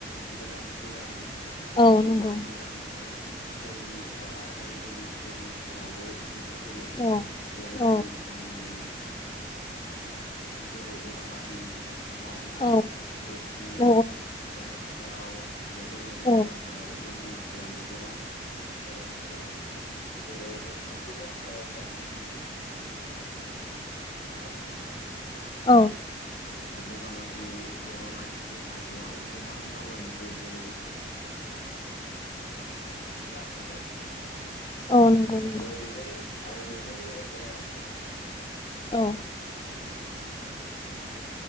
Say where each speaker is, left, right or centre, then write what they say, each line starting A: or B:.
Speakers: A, on the left; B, on the left.
A: गोजान गोजान
B: औ
A: उम गोजान
B: नंगौ
A: गोजान ओन ओनसोलनि एबा रायजोनि जोंनि ओनसोलावबो। <unintelligible> होयो
B: औ
A: जेरै
B: औ
A: उम जेरै बगामाथि मानास
B: औ
A: सुकि
B: औ
A: दारागाव बेफोरबायदि
B: औ
A: जायगाफोराव जोंनि ओनसोलावबो गोबां दावबायनो। होयो जेरै गुबुन गुबुन फरायसालि फरायसालि। <unintelligible>
B: औ
A: बे बगामाथि बगामाथि हाजोआव गोबां दावबायनो फैयो जेरै बेयाव रोंगौथि लाफैयो
B: औ नंगौ औ नंगौ नंगौ
A: आरो बेजों आरो बेजों लोगोसेनो। <inaudible>
B: औ